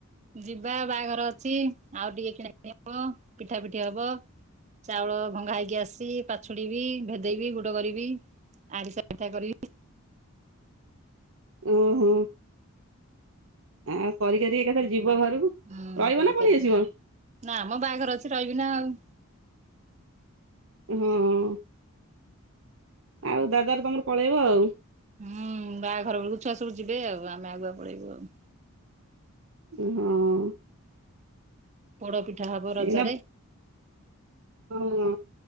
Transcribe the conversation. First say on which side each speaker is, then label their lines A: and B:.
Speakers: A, on the right; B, on the right.
A: ଯିବା ବାହାଘର ଅଛି ଆଉ ଟିକେ କିଣା କିଣି ହବ ପିଠା ପିଠି ହବ। ଚାଉଳ ଭଙ୍ଗା ହେଇକି ଆସିଛି ପାଛୁଡିବି ଭେଦେଇବି ଗୁଡ କରିବି। ଆରିସା ପିଠା କରିବି।
B: ଉଁ ହୁଁ। ଆଉ କରି କରିି ଏକାଥରେ ଯିବ ଘରକୁ
A: ହୁଁ
B: ରହିବ
A: କରିପାରିବି
B: ନା ପଳେଇ ଆସିବ!
A: ନା ମ ବାହାଘର ଅଛି ରହିବି ନା ଆଉ।
B: ହଁ। ଆଉ ଦାଦାର ତମର ପଳେଇବ ଆଉ।
A: ହୁଁ ବାାହାଘର ବେଳକୁ ଛୁଆ ସବୁ ଯିବେ ଆଉ ଆମେ ଆଗୁଆ ପଳେଇବୁ ଆଉ।
B: ହଁ।
A: ପୋଡ ପିଠା ହବ ରଜରେ।
B: ଏଇନା ହଁ।